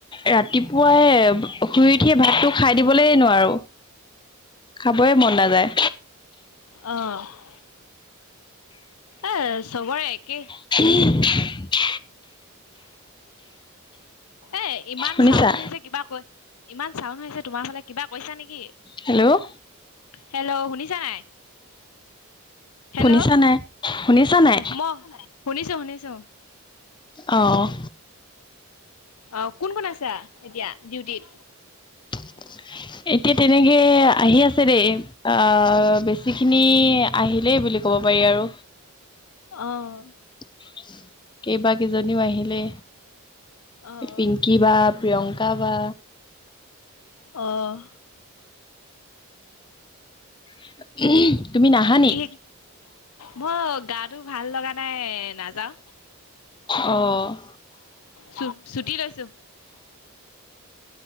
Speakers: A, on the left; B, on the left.
A: ৰাতিপুৱাই শুই উঠিয়ে ভাতটো খাই দিবলেই নোৱাৰোঁ, খাবই মন নাযায়।
B: অ'। এ চবৰে একে।
A: <unintelligible>
B: এ ইমান
A: শুনিছা
B: চাউন হৈ আছে কিবা কৈ, ইমান চাউন হৈছে তোমাৰ ফালে। কিবা কৈছা নেকি?
A: হেল্ল'
B: হেল্ল' শুনিছা নাই? হেল্ল'
A: শুনিছা নাই শুনিছা নাই
B: ম, শুনিছোঁ, শুনিছোঁ।
A: অ'।
B: অ', কোন, কোন আছা এতিয়া ডিউটিত?
A: <unintelligible> এতিয়া তেনেকে আহি আছে দেই আ, বেছি খিনি আহিলেই বুলি ক'ব পাৰি আৰু।
B: অ'।
A: <unintelligible> কেইবা কেইজনীও আহিলে
B: অ'
A: পিংকি বা প্রিয়ংকা বা।
B: অ'।
A: <unintelligible> নি
B: কি, মই গাটো ভাল লগা নাই নাযাও।
A: অ'।
B: চ-চুটি লৈছো।